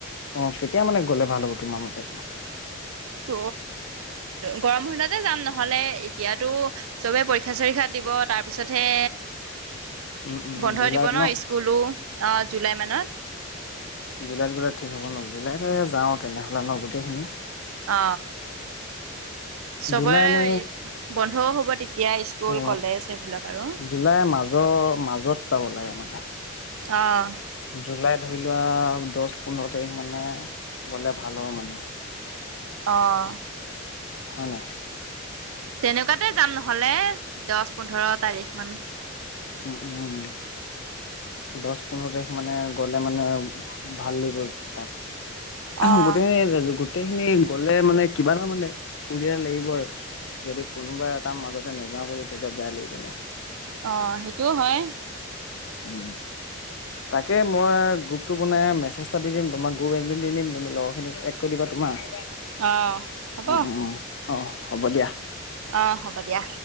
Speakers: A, on the left; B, on the right.
A: অ কেতিয়া মানে গ'লে ভাল হ'ব। তোমাৰ মতে।
B: ত গৰম হতে যাম নহলে এতিয়াতো চবে পৰীক্ষা চৰীক্ষাত দিব তাৰপিছতহে
A: উম উম
B: বন্ধই
A: জুলাইত
B: দিব ন স্কুলো। অ' জুলাই মানত
A: জুলাইত গ'লে ঠিক হ'ব ন, জুলাই তে যাওঁ তেনেহ'লে ন গোটেইখিনি।
B: অ চবৰে
A: জুলাই এনে
B: বন্ধও হ'ব তেতিয়া স্কুল
A: অ
B: কলেজ সেইবিলাক আৰু।
A: জুলাই মাজৰ মাজত যাব লাগে মানে।
B: অঁ।
A: জুলাই ধৰি লোৱা দহ পোন্ধৰ তাৰিখ মানে গ'লে ভাল হ'ব মানে।
B: আহ।
A: হয় নাই?
B: তেনেকুৱাত ততে যাম নহলে দশ পোন্ধৰত তাৰিখ মান
A: উম উম দশ পোন্ধৰ তাৰিখ মানে গলে মানে ভাল লাগিব তাত
B: অ'।
A: গোটেইখিনি ৰাজ গোটেইখিনি গলে মানে কিবা এটা মানে ফুৰিয়াৰ লাগিব আৰু যদি কোনোবা এটা মাজতে নোযাোৱাওঁ কৰি তেতিয়া বেয়া লাগিব নহ
B: অঁ সেইটোও হয়।
A: উম তাকে মই গ্ৰুপটো বনাই মেছেজটা দি দিম তোমাক গ্ৰুপ এডমিন দি দিম তুমি লগৰখিনিক এড কৰি দিবা তোমাৰ
B: অঁ হ'ব।
A: অ অ অ হ'ব দিয়া।
B: অঁ হ'ব দিয়া।